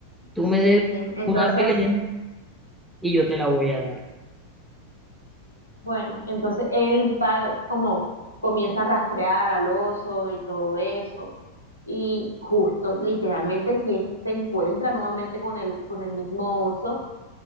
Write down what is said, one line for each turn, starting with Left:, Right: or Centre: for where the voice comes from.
Centre: Tú
Left: sí.
Centre: me debes
Left: Entonces,
Centre: una pelea y yo te la voy a dar.
Left: Bueno, entonces él va como comienza a rastrear al oso y todo eso. Y justo, literalmente, si él se encuentra nuevamente con el, con el mismo oso